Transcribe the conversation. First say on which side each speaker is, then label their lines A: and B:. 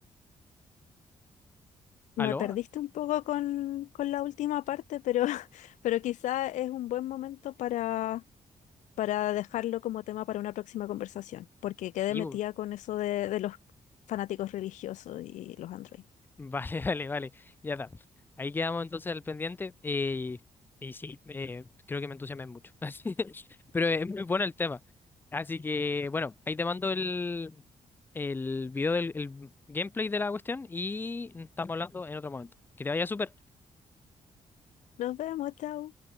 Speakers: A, on the left; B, on the left.
A: Me
B: ¿Aló?
A: perdiste un poco con, con la última parte, pero, <laughs> pero quizá es un buen momento para, para dejarlo como tema para una próxima conversación, porque quedé
B: Y
A: metida con eso de, de los fanáticos religiosos y los androides.
B: Vale, <laughs> vale, vale. Ya está. Ahí quedamos entonces al pendiente. Y, y sí, eh, creo que me entusiasmé mucho. <laughs> Así- Pero es muy bueno el tema. Así que, bueno, ahí te mando el, el video del el gameplay de la cuestión y estamos hablando en otro momento. Que te vaya súper.
A: Nos vemos, chao.